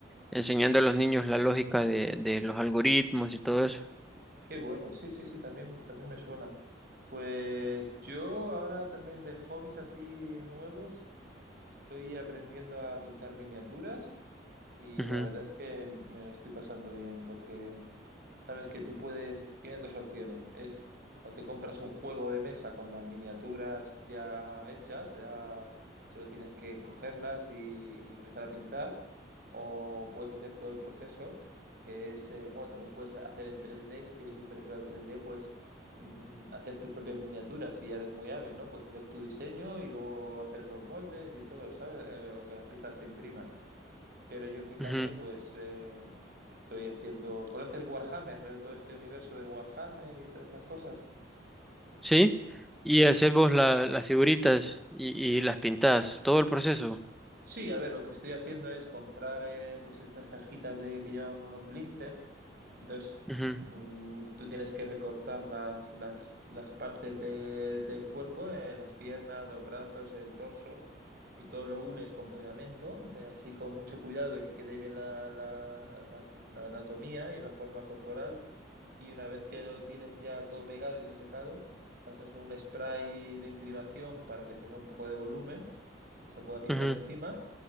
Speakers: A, in the centre; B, on the right.
A: enseñando a los niños la lógica de, de los algoritmos y todo eso.
B: Qué bueno, sí, sí, sí, también, también me suena. Pues yo ahora también de hobbies así nuevos estoy aprendiendo a pintar miniaturas y
A: Ujú,
B: la verdad es que me lo estoy pasando bien porque Sabes que tú puedes, tienes dos opciones. Es o te compras un juego de mesa con las miniaturas ya hechas, ya solo tienes que cogerlas y, y empezar a pintar, o puedes hacer todo el proceso, que es, eh, bueno, también puedes hacer en 3D, si tienes impresora 3D, pues mm, mm, hacer tus propias miniaturas si eres muy hábil, ¿no? Puedes hacer tu diseño y luego hacer los moldes y todo, ¿sabes? Eh, o que las piezas se impriman. Pero yo en mi caso,
A: ujú.
B: pues eh, estoy haciendo. ¿Conoces Warhammer? Todo este universo de Warhammer y todas estas cosas.
A: ¿Sí? Y hacemos la- las figuritas y, y las pintadas, todo el proceso.
B: Sí, a ver, lo que estoy haciendo es comprar eh, pues estas cajitas de, que llevan unos blisters. Entonces,
A: Ujú,
B: mm, tú tienes que recortar las, las, las partes de- del cuerpo, eh, las piernas, los brazos, el torso, y todo lo unes con pegamento, eh, así con mucho cuidado de que quede bien la, la, la, la anatomía y la forma corporal. Y una vez que lo tienes ya todo pegado y se ha secado, pasas un spray de imprimación para que tenga un poco de volumen y se pueda pintar
A: ujú,
B: encima